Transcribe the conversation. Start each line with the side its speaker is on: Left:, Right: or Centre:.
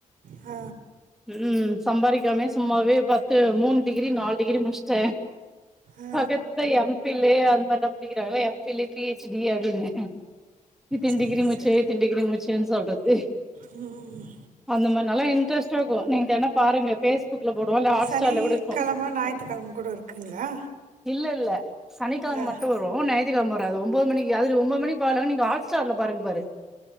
Right: ஆ
Centre: ம் சம்பாரிக்காமே சும்மாவே பத்து மூணு டிகிரி நாலு டிகிரி முடிச்ட்டே
Right: ஆ
Centre: பக்கத்து எம் பில்லு அந்த மாரி படிக்கிறாங்கள எம் பில் பிஹச் டி அப்டின்னு இத்தன
Right: சரி
Centre: டிகிரி முடிச்சு
Right: சரி
Centre: இத்தன டிகிரி முடிச்சுன்னு சொல்றது
Right: ம்ம்ம்
Centre: அந்த மாரி நல்ல இன்ட்ரெஸ்ட் இருக்கு நீங்க தெனம் பாருங்க பேஸ்புக்ல போடுவா இல்ல ஹாட்
Right: சனிக்கிழமை
Centre: ஸ்டார்ல கூட இர்க்கு
Right: ஞாயிற்றுக்கிழமை கூட இருக்குங்களா
Centre: இல்ல ல்ல சனிக்கெழம
Right: ஆ
Centre: மட்டு இப்போ ஞாயத்திக்கெழம வராது ஒம்போது மணிக்கு ஒம்போது மணிக்கு பார் ல நீங்க ஹாட்ஸ்டார்ல பாருங் பாரு